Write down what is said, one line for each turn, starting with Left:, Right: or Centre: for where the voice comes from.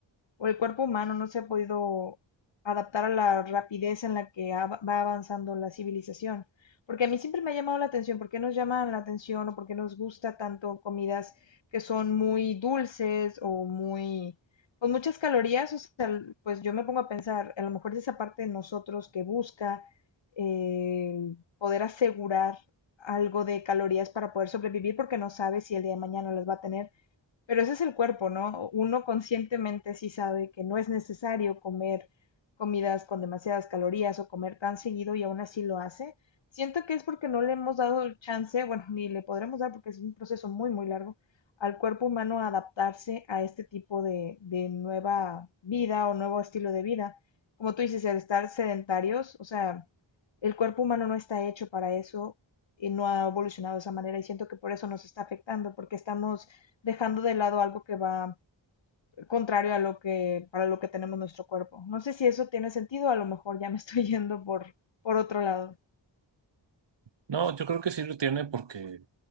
Left: o el cuerpo humano no se ha podido adaptar a la rapidez en la que av- va avanzando la civilización. Porque a mí siempre me ha llamado la atención, ¿por qué nos llaman la atención o por qué nos gusta tanto comidas que son muy dulces o muy, con muchas calorías? O sea, l- pues yo me pongo a pensar, a lo mejor es esa parte de nosotros que busca eh, poder asegurar algo de calorías para poder sobrevivir porque no sabe si el día de mañana las va a tener pero ese es el cuerpo, ¿no? Uno conscientemente sí sabe que no es necesario comer comidas con demasiadas calorías o comer tan seguido y aún así lo hace. Siento que es porque no le hemos dado el chance, bueno, ni le podremos dar porque es un proceso muy, muy largo, al cuerpo humano a adaptarse a este tipo de, de nueva vida o nuevo estilo de vida. Como tú dices, el estar sedentarios, o sea, el cuerpo humano no está hecho para eso y no ha evolucionado de esa manera y siento que por eso nos está afectando, porque estamos dejando de lado algo que va contrario a lo que, para lo que tenemos nuestro cuerpo. No sé si eso tiene sentido, a lo mejor ya me estoy <laughs> yendo por, por otro lado.
Right: No, yo creo que sí lo tiene porque